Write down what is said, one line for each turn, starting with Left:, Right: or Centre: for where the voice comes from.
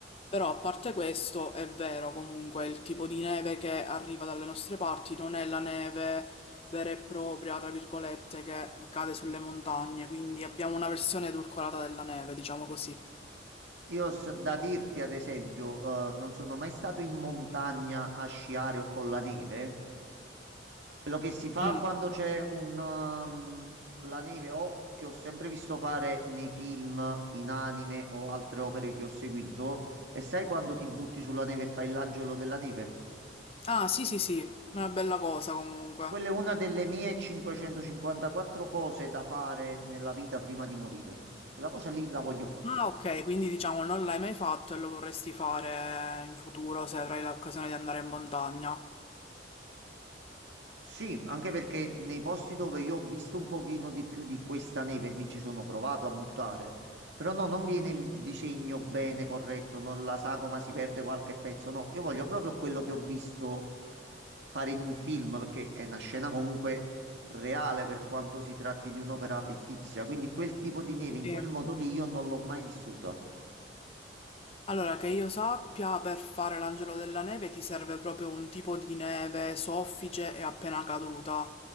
Left: Però a parte questo, è vero comunque, il tipo di neve che arriva dalle nostre parti non è la neve vera e propria, tra virgolette, che cade sulle montagne, quindi abbiamo una versione edulcorata della neve, diciamo così.
Right: Io s- da dirti, ad esempio, eh, non sono mai stato in montagna a sciare o con la neve. Quello che si fa
Left: Mm.
Right: quando c'è un, ehm, la neve o che ho sempre visto fare nei film, in anime o altre opere che ho seguito, e sai quando ti butti sulla neve e fai l'angelo della neve?
Left: Ah, sì, sì, sì, una bella cosa comunque.
Right: Quella è una delle mie 554 cose da fare nella vita prima di morire. Quella cosa lì la voglio fare.
Left: Ah, ok, quindi diciamo non l'hai mai fatto e lo vorresti fare in futuro se avrai l'occasione di andare in montagna.
Right: Sì, anche perché nei posti dove io ho visto un pochino di più di questa neve, mi ci sono provato a buttare, però no, non viene il disegno bene, corretto, non la sagoma si perde qualche pezzo, no, io voglio proprio quello che ho visto fare in un film, perché è una scena comunque reale per quanto si tratti di un'opera fittizia, quindi quel tipo di neve in
Left: Sì.
Right: quel modo lì io non l'ho mai vissuta.
Left: Allora, che io sappia, per fare l'angelo della neve ti serve proprio un tipo di neve soffice e appena caduta,